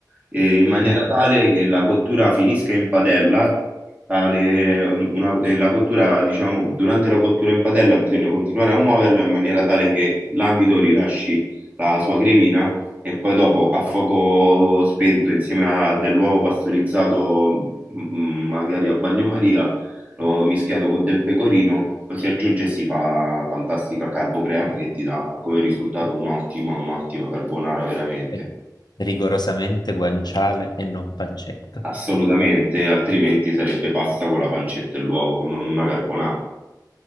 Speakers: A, on the right; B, on the left.
A: eh, in maniera
B: Mhm.
A: tale che la cottura finisca in padella. tale- ehm, una- eh, la cottura, diciamo, durante la cottura in padella bisogna continuare a muoverla in maniera tale che l'amido rilasci la sua cremina e poi dopo a fuoco spento insieme a dell'uovo pastorizzato, mm, magari a bagnomaria, lo mischiato con del pecorino, lo si aggiunge e si fa fantastica carbocrema che ti dà come risultato un'ottima, un'ottima carbonara veramente.
B: eh, rigorosamente guanciale e non pancetta?
A: Assolutamente, altrimenti sarebbe pasta con la pancetta e l'uovo, non una carbonara.